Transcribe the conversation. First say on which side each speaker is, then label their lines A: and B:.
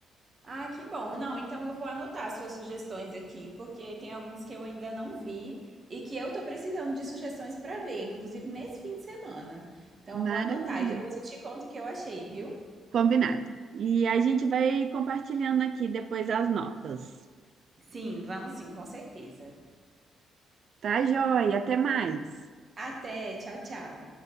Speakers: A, on the right; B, on the right.
A: Ah, que bom. Não, então eu vou anotar suas sugestões aqui, porque tem alguns que eu ainda não vi e que eu tô precisando de sugestões para ver, inclusive nesse fim de semana. Então
B: Maravilha.
A: eu vou anotar e depois eu te conto o que eu achei, viu?
B: Combinado. E a gente vai compartilhando aqui depois as notas.
A: Sim, vamos sim, com certeza.
B: Tá, joia. Até mais.
A: Até, tchau, tchau.